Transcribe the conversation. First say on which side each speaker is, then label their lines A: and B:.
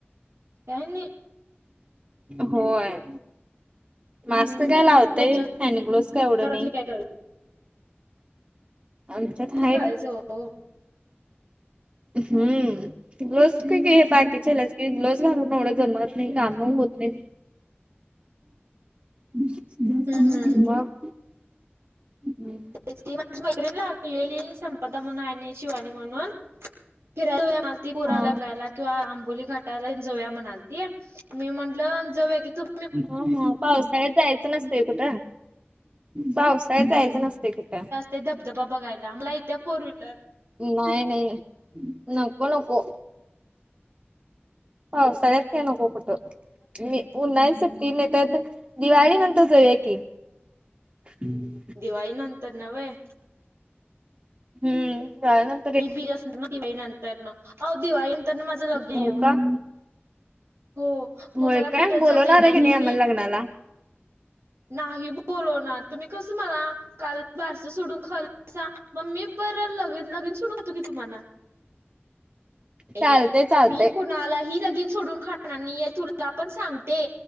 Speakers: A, on the right; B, on the right.
A: काय नाही.
B: होय. मास्क
A: हम्म
B: काय लावतय
A: तुमच्या
B: हँड ग्लोवस काय एवढं
A: घरातले
B: नाही.
A: काय करायला
B: आमच्यात हायत
A: कायचं <unintelligible> हो.
B: हम्म ती ग्लोस काही काही हे बाकीच्याल्याच की ग्लोवज घालून एवढं जमत नाही कामं होत नाही. मग.
A: हम्म हम्म
B: हम्म.
A: तेच की माझी मैत्रीण लागलेली संपदा म्हणून हाय ने शिवानी म्हणून फिरायल. <unintelligible> ती पुणला
B: हा
A: <unintelligible> किंवा आंबोली घाटाला जाऊया म्हणाल ती मी म्हटलं जावूया की तु- -
B: अ हा पावसाळ्यात जायचं नसतंय कुठ. पावसाळ्यातं जायचं नसतय कुठ.
A: ते धबधबा बघायला आमला येत्या फोर व्हीलर.
B: नाही नाही नको नको. पावसाळ्यात काय नको कुठं. मी उन्हाळी सुट्टी नाही त त दिवाळी नंतर जाऊया की. हम्म.
A: दिवाळी नंतर नव्हें
B: हम्मं कळालं.
A: मी बी <unintelligible> असणार ना दिवाळी नंतर नं अं दिवाळी नंतर नं माझं लग्न ये
B: हो
A: ओ.
B: का?
A: हो मग
B: होय
A: मला
B: काय
A: कुठेच
B: बोलवणार
A: जाता येणार
B: आहे की
A: नाही नी.
B: आम्हाला लग्नाला?
A: नाही बोलवणार ना तुम्ही कस मला कालं <unintelligible> बारस सोडून खाल्लं सा. मग मी बरं लगीन लगीन सोडवतो की तुम्हाला <unintelligible> नाही
B: चालतय
A: बई.
B: चालतय.
A: मी कुणालाही लगिन सोडून खाणारं नाही ये तुला पण सांगते